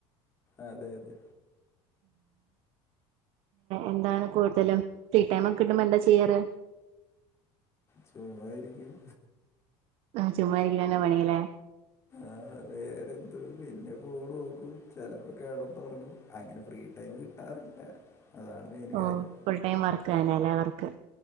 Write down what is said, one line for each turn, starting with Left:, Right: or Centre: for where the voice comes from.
Left: അതെ അതെ
Right: എന്താ കൂടുതലും ഫ്രീ ടൈം ഒക്കെ കിട്ടുമ്പോൾ എന്താ ചെയ്യാറ്
Left: ചുമ്മാതെ ഇരിക്കും
Right: ആ ചുമ്മായിരിക്കണ പണിഇല്ലേ
Left: അ വേറെ എന്ത് പിന്നെ ഫോൺ നോക്കും ചെലപ്പം കിടന്നുറങ്ങും അങ്ങനെ ഫ്രിടൈമ് കിട്ടാറില്ല അതാണ് മെയിൻ
Right: ഓ
Left: കാര്യം
Right: ഫുൾ ടൈം വർക്കാണ് ല്ലെ വർക്ക്